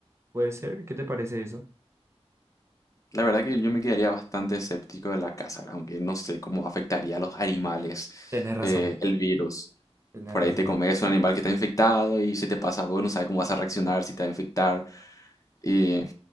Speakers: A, on the right; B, on the left.
A: ¿Puede ser? ¿Qué te parece eso?
B: la verdad que yo me quedaría bastante escéptico de la caza, aunque no sé cómo afectaría a los animales
A: Tenés razón,
B: eh, el virus.
A: tenés
B: Por
A: razón.
B: ahí te comes un animal que está infectado y si te pasa a vos no sabes cómo vas a reaccionar, si te va a infectar. eh,